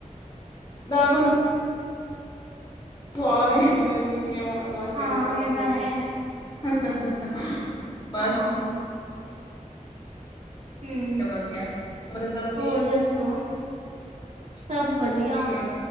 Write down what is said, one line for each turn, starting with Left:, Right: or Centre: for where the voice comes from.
Left: ਦਾਲ ਬੰਨ- ਸਵਾਦ ਹੈ ਸੀਟੀਆਂ ਮਾਰ- ਮਾਰ ਕੇ
Right: ਹਾਂ
Left: ਸਵਾਦ ਬਣਦੀ
Right: ਇਹ ਤਾਂ ਹੈ
Left: ਆ। ਬਸ
Right: ਹਾਂ ਹਮ ਹੂੰ
Left: ਵਧੀਆ ਵਧੀਆ ਬੱਚੇ ਸਭ ਠੀਕ
Right: ਹੋਰ ਦੱਸੋ? ਸਭ ਵਧੀਆ,
Left: ਹੋਰ ਕੀ ਕਰ